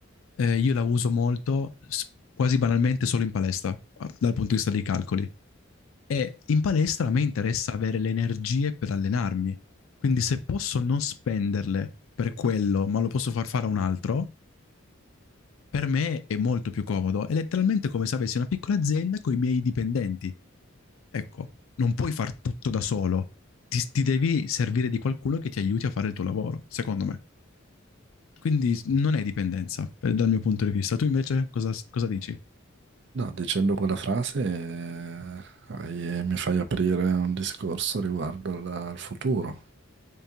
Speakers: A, on the left; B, on the right.
A: eh, io la uso molto, s- quasi banalmente, solo in palestra, dal punto di vista dei calcoli. E in palestra a me interessa avere le energie per allenarmi. Quindi se posso non spenderle per quello, ma lo posso far fare a un altro, per me è molto più comodo. È letteralmente come se avessi una piccola azienda con i miei dipendenti. Ecco, non puoi far tutto da solo. Ti, ti devi servire di qualcuno che ti aiuti a fare il tuo lavoro, secondo me. Quindi non è dipendenza, per- dal mio punto di vista. Tu invece cosa, cosa dici?
B: No, dicendo quella frase eh, hai- mi fai aprire un discorso riguardo al al futuro.